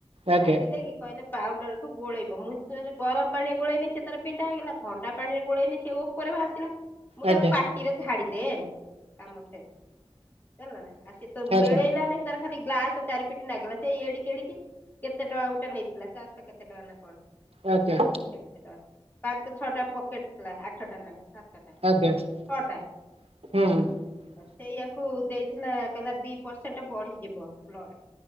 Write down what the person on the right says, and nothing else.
ଆଜ୍ଞା।
ଆଜ୍ଞା
ଆଜ୍ଞା
ଆଜ୍ଞା
ଆଜ୍ଞା ହୁଁ।